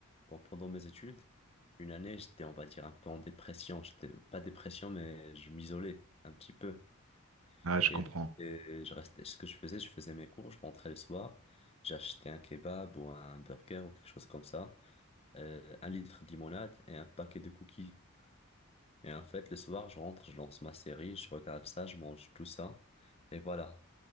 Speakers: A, on the left; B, on the right.
A: bon, pendant mes études, une année, j'étais, on va dire, un peu en dépression. J'étais pas dépression, mais je m'isolais un petit peu.
B: ah, je
A: Et,
B: comprends.
A: donc, et je restais, ce que je faisais, je faisais mes cours, je rentrais le soir, j'achetais un kebab ou un burger ou quelque chose comme ça, euh, un litre de limonade et un paquet de cookies. Et en fait, le soir, je rentre, je lance ma série, je regarde ça, je mange tout ça, et voilà.